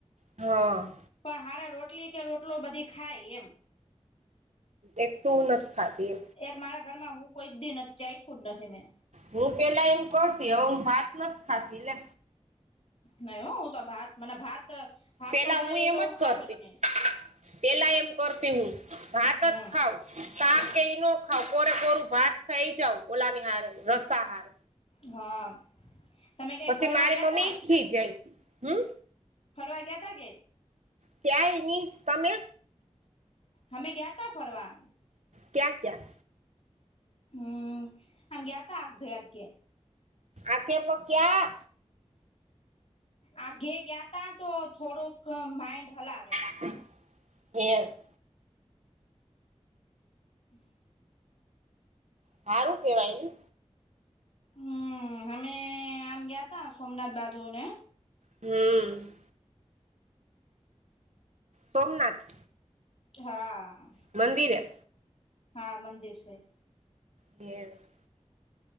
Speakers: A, on the right (about 75°); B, on the left (about 60°).
A: હા.
B: પણ હારે રોટલી કે રોટલો બધી ખાય એમ.
A: એક તું નથી ખાતી
B: એક મારા ઘર માં હું કોઈ દિ ચાયખું જ નથી મેં.
A: હું પેલા એમ કરતી હવે ભાત નથ ખાતી ને.
B: નય હો હું તો ભાત મને ભાત ભાત
A: પેલા
B: નો બનાવ
A: હું એમ
B: તો ખાવ
A: કરતી
B: જ નય.
A: પેલા એમ કરતી હું ભાત
B: હમ
A: જ ખાઉ. શાક કે એઈ ન ખાવ કોરે કોરું ભાત ખઈ જાવ ઓલાની હાર રસા હાર.
B: હા. તમે ક્યાંય
A: પછી
B: ફરવા
A: મારી
B: ગયા
A: મમ્મી
B: તા
A: ખીજાઈ હમ્મ.
B: ફરવા ગ્યાતા કે
A: ક્યાંય ની તમે?
B: અમે ગ્યાતા ફરવા.
A: ક્યા ક્યા
B: હમ્મ ગ્યાતા આઘે આઘે
A: આખે પક્યા
B: આઘે ગયા તા તો થોડુંક માઇન્ડ હલાવે
A: <unintelligible>
B: <unintelligible>
A: હારું કેવાય ને.
B: હમ્મ અમે આમ ગયા તા સોમનાથ બાજુ ને.
A: હમ્મ. સોમનાથ.
B: હા.
A: મંદિરે.
B: હા, મંદિર છે.
A: એ <inaudible>